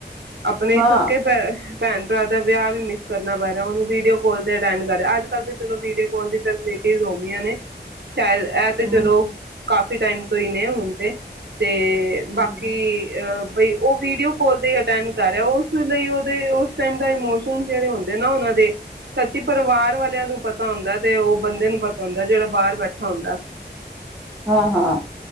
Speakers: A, on the right; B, in the centre.
A: ਆਪਣੇ
B: ਹਾਂ
A: ਸੱਕੇ ਭੈ ਭੈਣ ਭਰਾ ਦਾ ਵਿਆਹ ਵੀ ਮਿਸ ਕਰਨਾ ਪੈ ਰਿਹਾ ਉਹਨੂੰ ਵੀਡੀਓ ਕਾਲ ਤੇ ਅਟੈਂਡ ਕਰ ਰਿਹਾ ਅਜ ਕੱਲ ਦੇ, ਚਲੋ, ਵੀਡੀਓ ਕਾਲ ਦੀ ਫੈਸਿਲਿਟੀ ਹੋ ਗਿਆਂ ਨੇ, ਸ਼ਾਇਦ ਇਹ ਤੇ
B: ਹਮ,
A: ਚਲੋ ਕਾਫ਼ੀ ਟਾਈਮ ਤੋਂ ਹੀ ਨੇ ਹੁਣ ਤੇ ਬਾਕੀ
B: ਹਮ,
A: ਅ ਬਈ ਉਹ ਵੀਡੀਓ ਕਾਲ ਤੇ ਅਟੈਂਡ ਕਰ ਰਿਹਾ ਉਸ ਲਈ ਉਹ ਉਸ ਟੈਮ ਦਾ ਇਮੋਸ਼ਨ ਜਿਹੜੇ ਹੁੰਦੇ ਨਾ ਉਹਨਾਂ ਦੇ ਸੱਚੀ ਪਰਿਵਾਰ ਵਾਲਿਆਂ ਨੂੰ ਪਤਾ ਹੁੰਦਾ ਤੇ ਉਹ ਬੰਦੇ ਨੂੰ ਪਤਾ ਹੁੰਦਾ ਜਿਹੜਾ ਬਾਹਰ ਬੈਠਾ ਹੁੰਦਾ।
B: ਹਾਂ-ਹਾਂ,